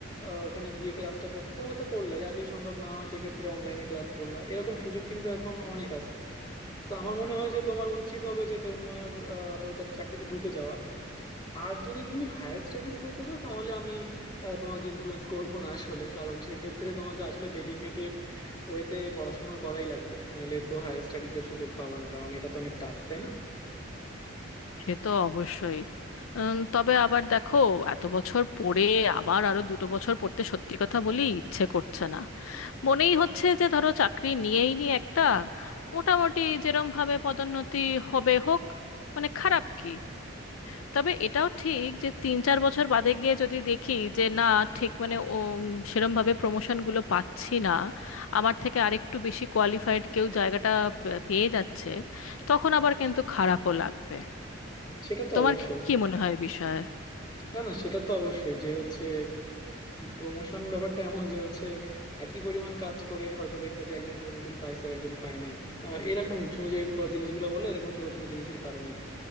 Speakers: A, on the left (about 20°); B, on the left (about 85°).
A: আহ, ওখানে গিয়ে ক্লাসটা করতে তাহলে তো করলাই আর যদি সম্ভব না হয় সেক্ষেত্রে অনলাইনে ক্লাস করলা এরকম সুযোগ কিন্তু এখন অনেক আছে তো আমার মনে হয় যে তোমার উচিত হবে যে তোমার আহ, আপাতত একটা চাকরিতে ঢুকে যাওয়া আর যদি তুমি হায়ার স্টাডিজ করতে চাও তাহলে আমি আহ, তোমাকে ইনফ্লুয়েন্স করব না আসলে কারণ সেই ক্ষেত্রে তোমাকে আসলে ডেডিকেটেড ওয়েতে পড়াশোনা করাই লাগবে নাইলে তো হায়ার স্টাডিজ এর সুযোগ পাবা না কারণ এটা তো অনেক টাফ তাই না
B: সে তো অবশ্যই উম, তবে আবার দেখো এত বছর পড়ে আবার আরো দুটো বছর পড়তে সত্যি কথা বলি ইচ্ছে করছে না মনেই হচ্ছে যে ধরো চাকরি নিয়েই নি একটা মোটামুটি যেরম ভাবে পদোন্নতি হবে হোক মানে খারাপ কি তবে এটাও ঠিক যে তিন চার বছর বাদে গিয়ে যদি দেখি যে না ঠিক মানে ও সেরম ভাবে প্রমোশনগুলো পাচ্ছি না আমার থেকে আরেকটু বেশি কোয়ালিফাইড কেউ জায়গাটা পে- পেয়ে যাচ্ছে তখন আবার কিন্তু খারাপও লাগবে
A: সেটা তো
B: তোমার
A: অবশ্যই
B: কি মনে হয় বিষয়ে
A: না না সেটা তো অবশ্যই যে হচ্ছে প্রমোশন ব্যাপারটা এমন যে হচ্ছে একই পরিমাণ কাজ করে হয়তো দেখবা যে একজন প্রমোশন পাইছে আর একজন পায় নাই আহ, এরকম তুমি যে ক- জিনিসগুলো বললে এরকম ছোট ছোট জিনিসের কারণে